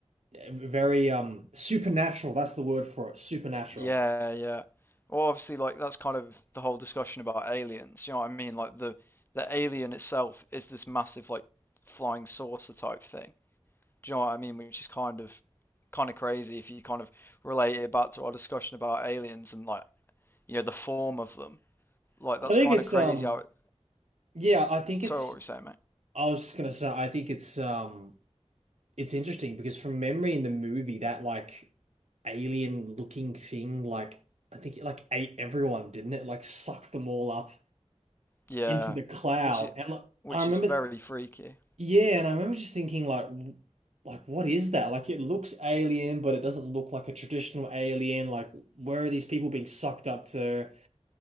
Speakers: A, on the right; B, on the left.
A: very um supernatural. That's the word for it. Supernatural.
B: yeah, yeah. Well, obviously like that's kind of the whole discussion about aliens. Do you know what I mean? Like the the alien itself is this massive like flying saucer type thing. Do you know what I mean? Which is kind of kind of crazy if you kind of relate it back to our discussion about aliens and like you know the form of them. Like that's
A: I think
B: kind
A: it's
B: of crazy.
A: um
B: How it,
A: yeah, I think
B: sorry,
A: it's
B: what were you saying, mate?
A: I was just gonna say I think it's um it's interesting because from memory in the movie that like alien looking thing like I think it like ate everyone, didn't it? Like sucked them all up
B: Yeah,
A: into the cloud.
B: which is
A: And like,
B: which
A: I remember
B: is very
A: th
B: freaky.
A: yeah, and I remember just thinking like w- like what is that? Like it looks alien, but it doesn't look like a traditional alien. Like where are these people being sucked up to?